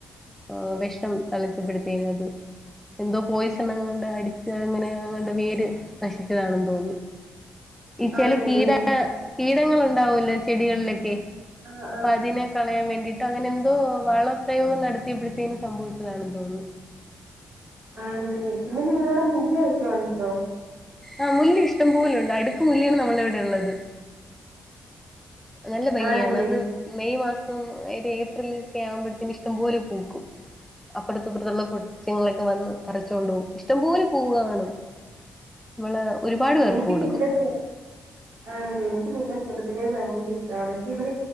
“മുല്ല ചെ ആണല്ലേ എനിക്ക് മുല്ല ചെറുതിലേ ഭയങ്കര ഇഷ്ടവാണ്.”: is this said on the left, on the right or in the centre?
Right